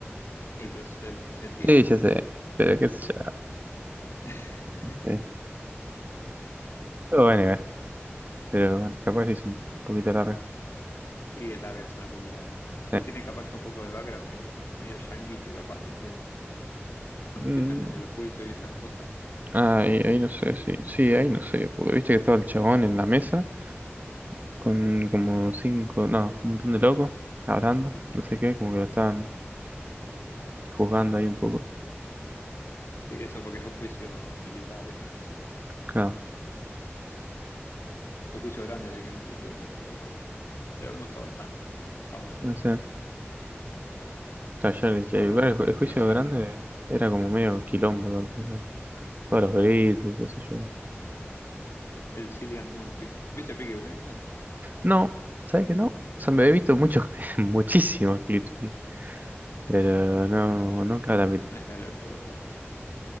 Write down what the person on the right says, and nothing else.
Sí, ya
sé, pero qué sé yo.
Sí. Todo va a nivel, pero bueno, capaz es un poquito larga.
Sí.
Mm,
ahí, ahí no sé, sí, sí, ahí no sé, porque viste que estaba el chabón en la mesa con como cinco, no, un montón de locos hablando,
no sé qué, como que lo estaban juzgando ahí un poco.
Claro,
no sé. Claro, ya le dije,
igual
el, ju- el
juicio
grande era como medio quilombo, igual, o sea, todos
los gritos y qué sé yo.
No, ¿sabes qué no? O sea, me he visto muchos, <laughs> muchísimos clips. sí. Pero no, nunca la miré.